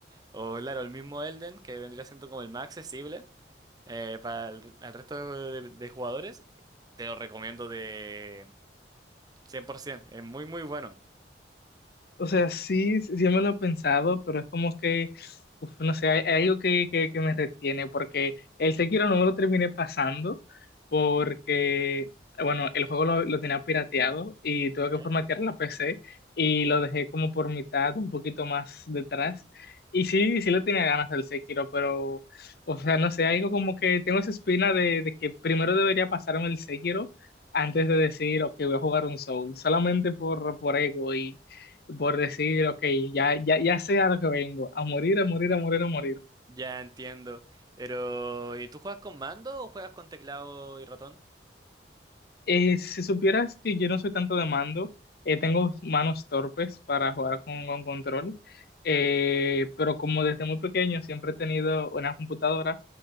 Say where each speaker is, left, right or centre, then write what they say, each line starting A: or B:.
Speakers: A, on the right; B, on the left.
A: o claro, el mismo Elden, que vendría siendo como el más accesible eh, para el, al resto de, de jugadores, te lo recomiendo de 100%. Es muy, muy bueno.
B: O sea, sí, sí sí me lo he pensado, pero es como que, uf, no sé, hay, hay algo que, que, que me retiene, porque el Sekiro no me lo terminé pasando, porque, bueno, el juego lo, lo tenía pirateado y tuve
A: ¿Ya?
B: que formatear la PC y lo dejé como por mitad, un poquito más detrás. Y sí, sí le tenía ganas del Sekiro, pero, o sea, no sé, algo como que tengo esa espina de, de que primero debería pasarme el Sekiro antes de decir, ok, voy a jugar un Soul, solamente por, por ego por decir, ok, ya, ya, ya sé a lo que vengo, a morir, a morir, a morir, a morir.
A: Ya entiendo. Pero, ¿y tú juegas con mando o juegas con teclado y ratón?
B: Eh, si supieras que yo no soy tanto de mando, eh, tengo manos torpes para jugar con, con control, eh, pero como desde muy pequeño siempre he tenido una computadora,